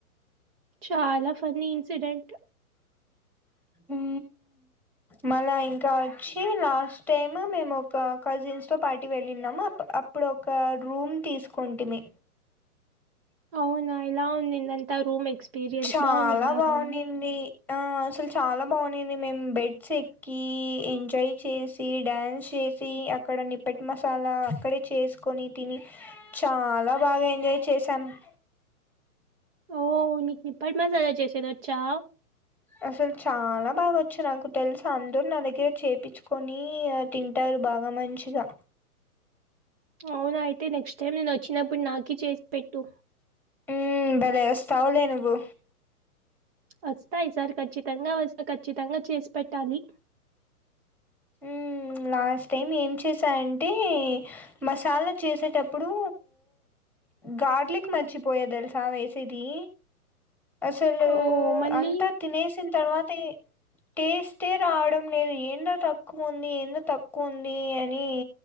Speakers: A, on the right (about 40°); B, in the centre.
A: చాలా పన్నీ ఇన్సిడెంట్
B: ఊ మళ్ళ ఇంకా వచ్చి లాస్ట్ టైమ్ మేము ఒక కజిన్స్ తో పార్టీ వెళ్ళినము అప్పుడు ఒక రూమ్ తీసుకుంటిమి
A: అవునా ఎలా ఉన్నింది అంతా రూమ్ ఎక్స్పీరియన్స్
B: చాలా
A: బాగున్నింద
B: బావునింది.
A: ఆ రూమ్
B: ఆ అసలు చాలా బాగున్నింది మేము బెడ్స్ ఎక్కి ఎంజాయ్ చేసి డ్యాన్స్ చేసి అక్కడ నిప్పెట్ మసాలా అక్కడే చేసుకొని తిని చాలా బాగా ఎంజాయ్ చేసాం <inaudible>
A: ఓ నీకు నిప్పట్ మసాలా చేసేది వచ్చా
B: అసలు చాలా బాగొచ్చు నాకు తెలుసు అందరు నా దగ్గర చేపిచ్చుకొని తింటారు బాగా మంచిగా
A: అవునా అయితే నెక్స్ట్ టైం నేను వచ్చినప్పుడు నాకి చేసి పెట్టు
B: ఊ బలే వస్తావులే నువ్వు
A: వస్తా ఈ సార్ ఖచ్చితంగా వస్తా ఖచ్చితంగా చేసి పెట్టాలి
B: హ్మ్ లాస్ట్ టైం ఏం చేశాయంటే మసాలా చేసేటప్పుడు గార్లీక్ మర్చి పోయ తెలుసా వేసేది అసలు
A: ఓహ్! మళ్ళీ
B: అంతా తినేసిన తర్వాత టే టేస్టే రావడం లేదు ఏందో తప్పు తక్కువ ఉంది ఎందొ తక్కువ ఉంది అని